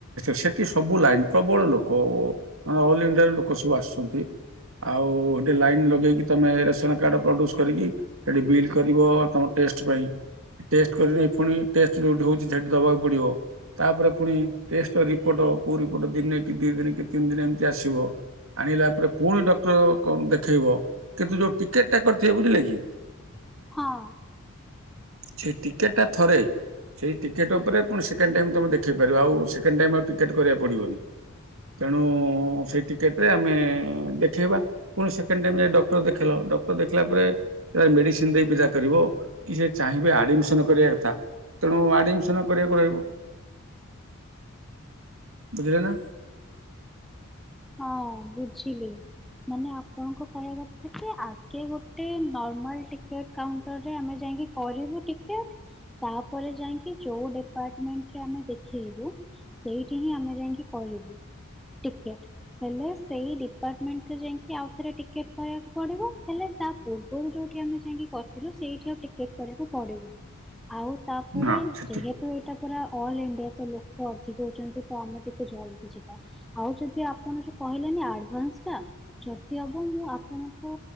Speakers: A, on the right; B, in the centre.
A: ସେଠି ସବୁ ଲାଇନ ପ୍ରବଳ ଲୋକ ମାନେ ଅଲ୍ ଇଣ୍ଡିଆର ଲୋକ ସବୁ ଆସୁଛନ୍ତି। ଆଉ ଗୋଟେ ଲାଇନ ଲଗେଇକି ତମେ ରେସନ କାର୍ଡ ପ୍ରଡ୍ୟୁସ କରିକି ସେଠି ବିଲ୍ କରିବ ତମ ଟେଷ୍ଟ ପାଇଁ ଟେଷ୍ଟ କରି ପୁଣି ଟେଷ୍ଟ ଯୋଉଠି ହଉଛି ସେଠି ଦବାକୁ ପଡିବ। ତାପରେ ପୁଣି ଟେଷ୍ଟ ର ରିପୋଟ କୋଉ ରିପୋଟ ଦିନେ କି ଦି ଦିନି କି ତିନ୍ ଦିନି ଏମିତି ଆସିବ। ଆଣିଲା ପରେ ପୁଣି ଡକ୍ଟର କ- ଦେଖେଇବ କିନ୍ତୁ ଯୋଉ ଟିକେଟ ଟା କରିଥିବେ ବୁଝିଲେ କି
B: ହଁ।
A: ସେ ଟିକେଟ ଟା ଥରେ ସେଇ ଟିକେଟ୍ ଉପରେ ପୁଣି ସେକେଣ୍ଡ୍ ଟାଇମ ତମ ଦେଖେଇ ପାରିବ ଆଉ ସେକେଣ୍ଡ୍ ଟାଇମ ଆଉ ଟିକେଟ୍ କରିବାକୁ ପଡିବନି। ତେଣୁ ସେଇ ଟିକେଟ୍ ରେ ଆମେ ଦେଖେଇବା। ପୁଣି ସେକେଣ୍ଡ୍ ଟାଇମ୍ ଯାଇ ଡକ୍ଟର ଦେଖେଇଲ ଡକ୍ଟର ଦେଖିଲା ପରେ ମେଡିସିନ୍ ଦେଇ ବିଦା କରିବ କି ସେ ଚାହିଁବେ ଆଡିମିସନ କରିବା କଥା। ତେଣୁ ଆଡମିସନ କରିବାକୁ ରହିବ ବୁଝିଲେ ନା।
B: ହଁ ବୁଝିଲି। ମାନେ ଆପଣଙ୍କ କହିଆ କଥା କି ଆଗେ ଗୋଟେ ନର୍ମାଲ ଟିକେଟ କାଉଣ୍ଟର ରେ ଆମେ ଯାଇକି କରିବୁ ଟିକେଟ ତାପରେ ଯାଇଁକି ଯୋଉ ଡିପାର୍ଟମେଣ୍ଟରେ ଆମେ ଦେଖେଇବୁ ସେଇଠି ହିଁ ଆମେ ଯାଇକି କହିବୁ ଟିକେଟ୍। ହେଲେ ସେଇ ଡିପାର୍ଟମେଣ୍ଟରେ ଯାଇଁକି ଆଉ ଥରେ ଟିକେଟ କରିବାକୁ ପଡିବ ହେଲେ ତା ପୂର୍ବରୁ ଯୋଉଠି ଆମେ ଯାଇଁକି କରିଥିଲୁ ସେଇଠି ଆଉ ଟିକେଟ୍ କରିବାକୁ ପଡିବନି ଆଉ ତାପରେ
A: ହଁ ସେଠି
B: ଯେହେତ୍ ତୁ ଏଇଟା ପୁରା ଅଲ୍ ଇଣ୍ଡିଆ ତ ଲୋକ ଅଧିକ ହୋଉଚନ୍ତି ତ ଆମେ ଟିକେ ଜଲ୍ଦି ଯିବା। ଆଉ ଯଦି ଆପଣ ଯୋଉ କହିଲେନି ଆଡଭାନ୍ସଟା ଯଦି ହବ ମୁଁ ଆପଣଙ୍କୁ